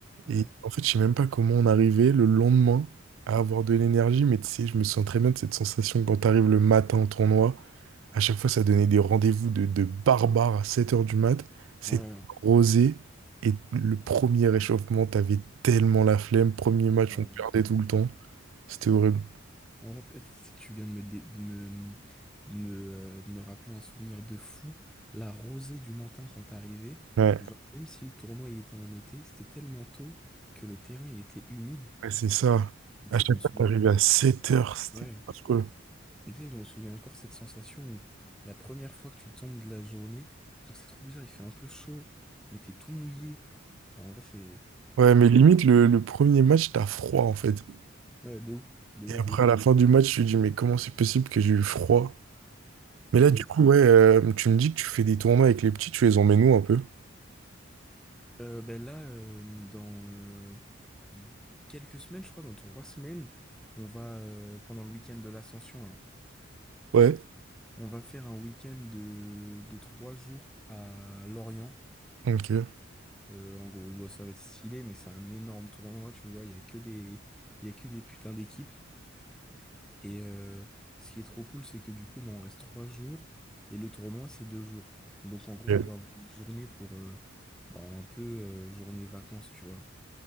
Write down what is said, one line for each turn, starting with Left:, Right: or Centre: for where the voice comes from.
Centre: Ouais,
Right: Et en fait, je sais même pas comment on arrivait le lendemain à avoir de l'énergie. Mais tu sais, je me sens très bien de cette sensation quand t'arrives le matin au tournoi. À chaque fois, ça donnait des rendez-vous de, de barbares à sept heures du mat. C'est
Centre: ouais.
Right: rosé. Et le premier réchauffement, t'avais tellement la flemme. Premier match,
Centre: euh,
Right: on perdait tout le temps. C'était horrible.
Centre: en fait, <laughs> si tu viens de me, dé- de me, de me, euh, de me rappeler un souvenir de fou. La rosée du matin quand t'arrivais,
Right: Ouais,
Centre: genre, même si le tournoi il était en été, c'était tellement tôt que le terrain il était humide.
Right: ouais, c'est ça.
Centre: Et
Right: À
Centre: tu sais,
Right: chaque
Centre: je me souviens
Right: fois, t'arrivais à sept heures C'était
Centre: Ouais.
Right: affreux.
Centre: Et tu sais, je me souviens encore cette sensation où la première fois que tu tombes de la journée, genre c'est trop bizarre, il fait un peu chaud, mais t'es tout mouillé. Enfin, en vrai, c'est,
Right: Ouais,
Centre: c'est,
Right: mais limite, le, le premier match, t'as froid en fait.
Centre: ouais, de ouf, de ouf,
Right: Et après,
Centre: de ouf.
Right: à la fin du match, je me dis, mais comment c'est possible que j'ai eu froid? Mais là,
Centre: Et
Right: du coup, ouais, euh, tu me dis que tu fais des tournois avec les petits, tu les emmènes où un peu?
Centre: euh, ben là, euh, dans euh, quelques semaines, je crois, dans trois semaines, on va, euh, pendant le week-end de l'Ascension, hein,
Right: Ouais.
Centre: on va faire un week-end de, de trois jours à Lorient.
Right: Ok.
Centre: Euh, en gros, bon, ça va être stylé, mais c'est un énorme tournoi, tu vois, il y a que des, il y a que des putains d'équipes. Et euh, ce qui est trop cool, c'est que du coup, bah, on reste trois jours et le tournoi, c'est deux jours. Donc en gros,
Right: Et
Centre: on va avoir une journée pour euh, bah, un peu euh, journée vacances, tu vois.